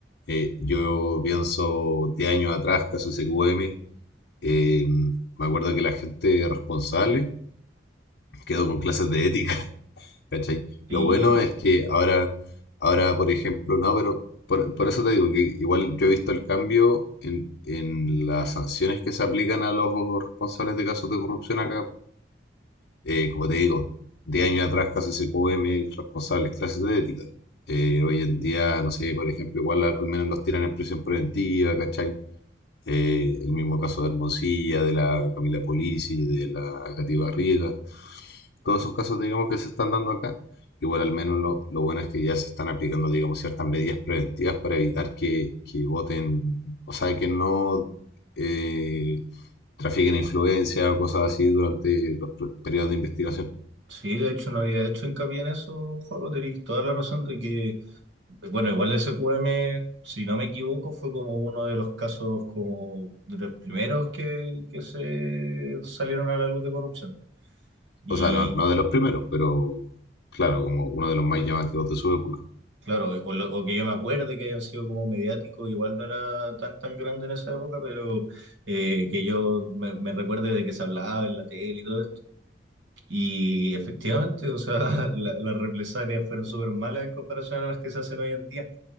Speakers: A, on the left; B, on the right.
A: eh, yo pienso 10 años atrás, caso SQM, Eh, me acuerdo que la gente responsable <laughs> quedó con clases de ética, <laughs> ¿cachai?
B: Sí,
A: Lo bueno
B: pues.
A: es que ahora, ahora por ejemplo, no, pero por, por eso te digo que igual yo he visto el cambio en, en las sanciones que se aplican a los responsables de casos de corrupción acá. Eh, como te digo, 10 años atrás casi se cubre responsables clases de ética. Eh, hoy en día, no sé, por ejemplo, igual a- al menos los tiran en prisión preventiva, ¿cachai? eh, el mismo caso de Hermosilla, de la Camila Polisi, de la Cati Barriga, todos esos casos, digamos, que se están dando acá. Igual al menos lo, lo bueno es que ya se están aplicando, digamos, ciertas medidas preventivas para evitar que, que voten, o sea, que no eh, trafiquen influencia o cosas así durante los pr- periodos de investigación.
B: Sí, de hecho no había hecho hincapié en eso, Juego, tenéis toda la razón de que Bueno, igual el S Q M si no me equivoco, fue como uno de los casos como de los primeros que, que se salieron a la luz de corrupción. Y
A: O sea, no, no de los primeros, pero claro, como uno de los más llamativos de su época.
B: claro, o, lo- o que yo me acuerde que hayan sido como mediáticos, igual no era tan tan grande en esa época, pero eh, que yo me, me recuerde de que se hablaba en la tele y todo esto. Y efectivamente, o sea, <laughs> la- las represalias fueron súper malas en comparación a las que se hacen hoy en día.